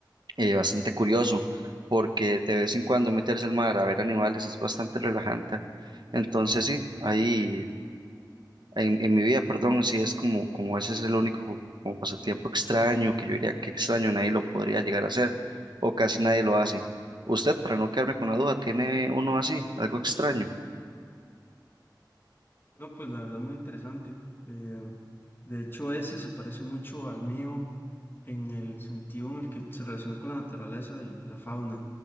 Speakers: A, on the right; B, on the left.
A: eh, bastante curioso, porque de vez en cuando meterse al mar a ver animales es bastante relajante. Entonces sí, ahí en, en mi vida, perdón, sí es como, como ese es el único como pasatiempo extraño que yo diría que extraño, nadie lo podría llegar a hacer o casi nadie lo hace. Usted, para no quedarme con la duda, ¿tiene uno así, algo extraño?
B: No, pues la verdad muy interesante. Eh, de hecho, ese se parece mucho al mío en el sentido en el que se relaciona con la naturaleza y la fauna,